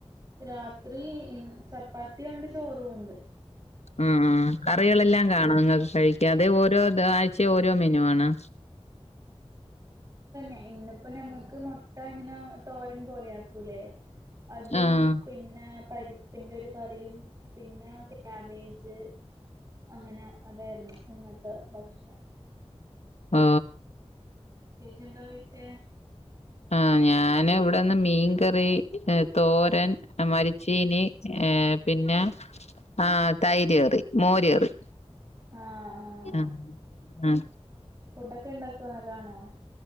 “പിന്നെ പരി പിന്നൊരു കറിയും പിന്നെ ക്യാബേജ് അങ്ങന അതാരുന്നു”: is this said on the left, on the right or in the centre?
Right